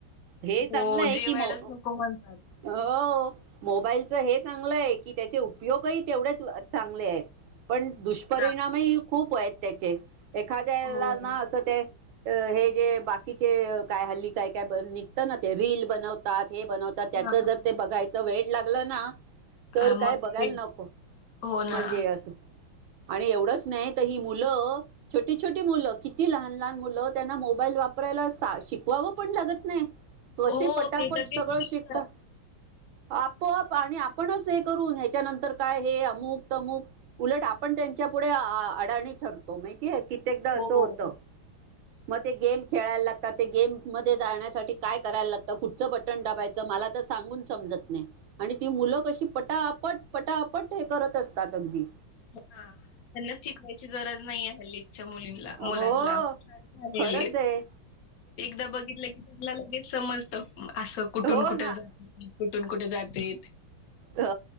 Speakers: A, on the right; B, on the left.
A: हे
B: हो
A: चांगलं आहे
B: जेवायलाच
A: कि मो
B: नको म्हणतात
A: हो मोबाईलच हे चांगलं आहे की त्याचे उपयोगही तेवढेच चांगले आहेत पण दुष्परिणामही
B: ना
A: खूप आहेत त्याचे एखाद्याला
B: हो
A: ना असं ते अ हे जे बाकीचे काय हल्ली काय काय निघत ना ते रील बनवतात हे बनवतात तर त्याच
B: हा
A: जर ते बघायचं वेळ लागलं ना तर
B: आ,
A: काय
B: मग
A: बघायला
B: ते
A: नको
B: हो ना
A: म्हणजे अस आणि एवढंच नाही तर ही मु मुलं छोटी छोटी मुलं किती लहान लहान मुलं त्यांना मोबाईल वापरायला शिकवावं. पण लागत नाही. कसे
B: हो
A: पटापट
B: ते लगेच
A: सगळं
B: शिकतात
A: शिकता आपोआप आणि आपणच हे करून ह्याच्यानंतर काय हे अमुक, तमुक उलट आपण त्यांच्या पुुढे आ आडाणी ठरतो माहितीय, कित्येकदा अस
B: हो
A: होत
B: हो
A: मग ते गेम खेळायला लाग ते गेम मध्ये जाण्यासाठी काय करायला लागतं कुठचं बटन दाबायचं मला तर सांगून समजत नाही काय आणि ती मुलं कशी पटापट पटापट हे करत असतात अगदी
B: हा त्यांना शिकवायची गरज नाहीये हल्ली च्या मुलीला मुलांना
A: हो
B: हे
A: खरंच
B: एक
A: आहे
B: एकदा बघितलं की ला लगेच समजत असं कुठून
A: हो
B: कुठ
A: ना
B: जातेत, कुठून कुठे जातात
A: अ